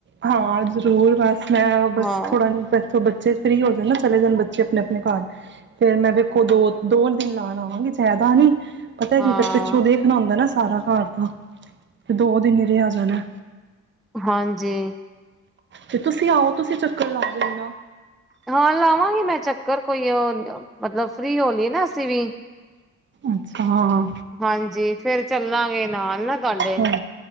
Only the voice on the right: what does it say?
ਹਾਂ ਜ਼ਰੂਰ, ਬਸ ਮੈਂ ਬਸ
ਥੋੜ੍ਹਾ ਬੈਸੋ ਬੱਚੇ ਫ੍ਰਰੀ ਹੋ ਜਾਂਣ ਨਾ ਚਲੇ ਜਾਣ ਬੱਚੇ ਆਪਣੇ -ਆਪਣੇ ਘਰ। ਫੇਰ ਮੈਂ ਵੇਖੋ ਦੋ- ਦੋ ਦਿਨ ਲਾਣ ਆਵਾਂਗੀ ਜਿਆਦਾ ਨੀ। ਪਤਾ ਕੀ
ਫਿਰ ਪਿੱਛੋਂ ਦੇਖਣਾ ਹੁੰਂਦਾ ਨਾ ਸਾਰਾ ਘਾਰ ਦਾ, ਤਾਂ ਦੋ ਦਿਨ ਹੀ ਰਿਆ ਜਾਣਾ।
ਤੇ ਤੁਸੀਂ ਆਓ ਤੁਸੀਂ ਚੱਕਰ ਲਾ ਜਾਓ ਨਾ
ਅੱਛਾ ਹਾਂ।
ਹਾਂ